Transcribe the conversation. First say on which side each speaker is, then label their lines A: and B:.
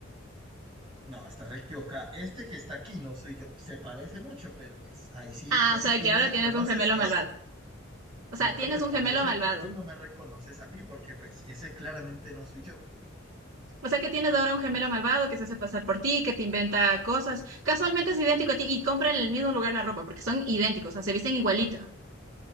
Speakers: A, on the right; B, on the right.
A: No, estás equivocada. Este que está aquí no soy yo. Se parece mucho, pero pues ahí sí,
B: Ah,
A: ya
B: o
A: si
B: sea,
A: tú
B: que
A: no
B: ahora
A: me
B: tienes
A: conoces,
B: un gemelo
A: eso.
B: malvado. O
A: No,
B: sea,
A: pero
B: tienes
A: pues
B: un
A: parece
B: gemelo
A: ser
B: malvado.
A: que tú no me reconoces a mí, porque pues ese claramente no soy yo.
B: O sea, que tienes ahora un gemelo malvado que se hace pasar por ti, que te inventa cosas. Casualmente es idéntico a ti y compra en el mismo lugar la ropa porque son idénticos, o sea, se visten igualito.